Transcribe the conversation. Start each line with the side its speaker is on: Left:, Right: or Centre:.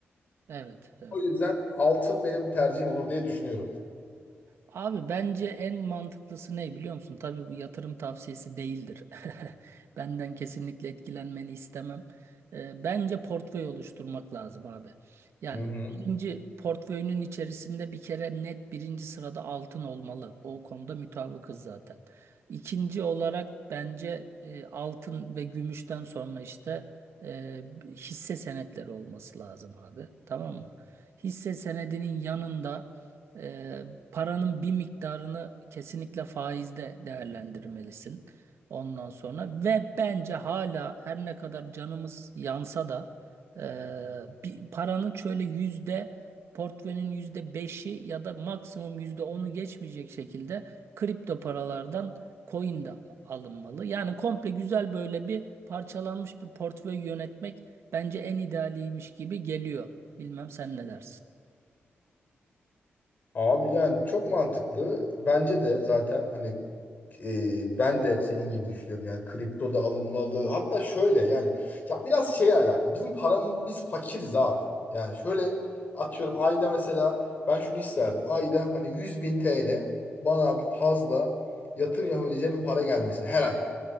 Right: Evet, evet.
Left: O yüzden altın benim tercihim olur diye düşünüyorum.
Right: Abi bence en mantıklısı ne biliyor musun? Tabii bu yatırım tavsiyesi değildir. <laughs> Benden kesinlikle etkilenmeni istemem. Ee, bence portföy oluşturmak lazım abi. Yani
Left: Hı hı.
Right: birinci portföyünün içerisinde bir kere net birinci sırada altın olmalı. O konuda mutabıkız zaten. İkinci olarak bence e, altın ve gümüşten sonra işte e, hisse senetleri olması lazım abi. Tamam mı? Hisse senedinin yanında... e, paranın bir miktarını kesinlikle faizde değerlendirmelisin. Ondan sonra ve bence hala her ne kadar canımız yansa da e, bir paranın şöyle yüzde portföyünün yüzde beşi ya da maksimum yüzde onu geçmeyecek şekilde kripto paralardan coin de alınmalı. Yani komple güzel böyle bir parçalanmış bir portföy yönetmek bence en idealiymiş gibi geliyor. Bilmem sen ne dersin?
Left: Abi yani çok mantıklı. Bence de zaten hani e, ben de senin gibi düşünüyorum yani kripto da alınmalı hatta şöyle yani ya biraz şeye alakalı bizim param biz fakiriz abi yani şöyle atıyorum ayda mesela ben şunu isterdim ayda hani 100 bin TL bana abi fazla yatırım yapabileceğim bir para gelmesi her ay